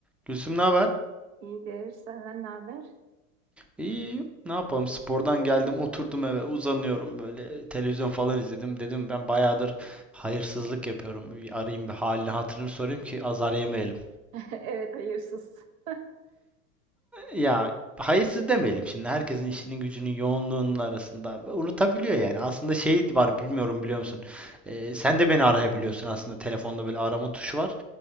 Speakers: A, in the centre; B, on the right (about 75°).
A: Gülsüm ne haber?
B: İyidir. Senden ne haber?
A: İyi, ne yapalım? Spordan geldim, oturdum eve, uzanıyorum böyle. Televizyon falan izledim. Dedim ben bayağıdır hayırsızlık yapıyorum. Bir arayayım bir halini hatırını sorayım ki azar yemeyelim.
B: <laughs> Evet, hayırsız. <laughs>
A: Ya hayırsız demeyelim şimdi. Herkesin işinin gücünün yoğunluğunun arasında unutabiliyor yani. Aslında şey var bilmiyorum biliyor musun? Ee, sen de beni arayabiliyorsun aslında. Telefonda böyle arama tuşu var.